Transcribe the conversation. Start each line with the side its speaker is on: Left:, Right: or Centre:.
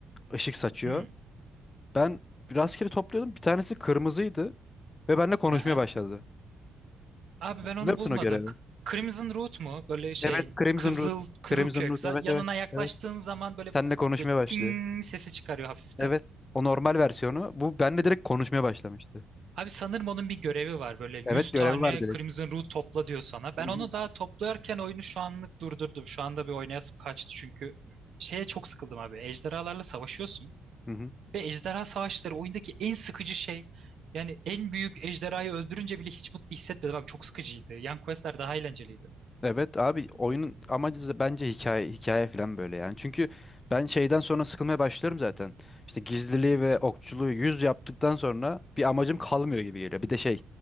Left: Işık saçıyor.
Right: Hmm.
Left: Ben rastgele topluyordum. Bir tanesi kırmızıydı ve benimle konuşmaya
Right: Aha.
Left: başladı.
Right: Abi
Left: Hatırlıyor
Right: ben onu
Left: musun
Right: bulmadım.
Left: o görevi?
Right: K- Crimson Root mu? Böyle şey
Left: Evet, Crimson
Right: kızıl
Left: Root.
Right: kızıl
Left: Crimson
Right: kök.
Left: Root.
Right: Za-
Left: Evet,
Right: Yanına
Left: evet.
Right: yaklaştığın
Left: Evet.
Right: zaman böyle,
Left: Seninle konuşmaya
Right: böyle
Left: başlıyor.
Right: ting sesi çıkarıyor hafiften.
Left: Evet. O normal versiyonu. Bu benimle direkt konuşmaya başlamıştı.
Right: Abi sanırım onun bir görevi var. Böyle 100
Left: Evet, görevi
Right: tane
Left: var direkt.
Right: Crimson Root topla diyor sana. Ben
Left: Hı hı.
Right: onu daha toplarken oyunu şu anlık durdurdum. Şu anda bir oynayasım kaçtı çünkü şeye çok sıkıldım abi. Ejderhalarla savaşıyorsun
Left: Hı hı.
Right: ve ejderha savaşları oyundaki en sıkıcı şey. Yani en büyük ejderhayı öldürünce bile hiç mutlu hissetmedim abi. Çok sıkıcıydı. Yan questler daha eğlenceliydi.
Left: Evet abi oyunun amacı da bence hikaye hikaye falan böyle yani. Çünkü ben şeyden sonra sıkılmaya başlıyorum zaten. İşte gizliliği ve okçuluğu yüz yaptıktan sonra bir amacım kalmıyor gibi geliyor. Bir de şey